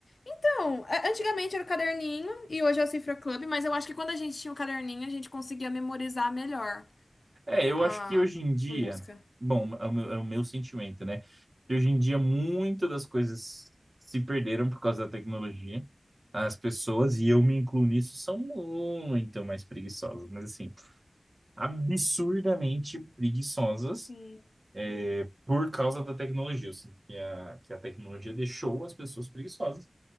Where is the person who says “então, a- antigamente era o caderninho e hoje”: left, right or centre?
Left